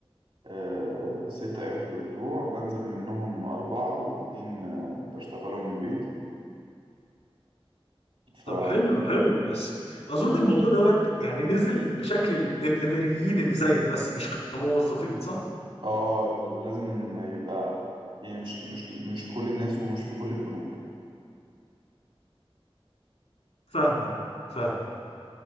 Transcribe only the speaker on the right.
آه، ست أيام في الأسبوع بنزل منهم أربعة واتنين آه، بشتغلهم من البيت ف
اه لازم يبقى يعني مش مش مش كل الناس ومش في كل البنوك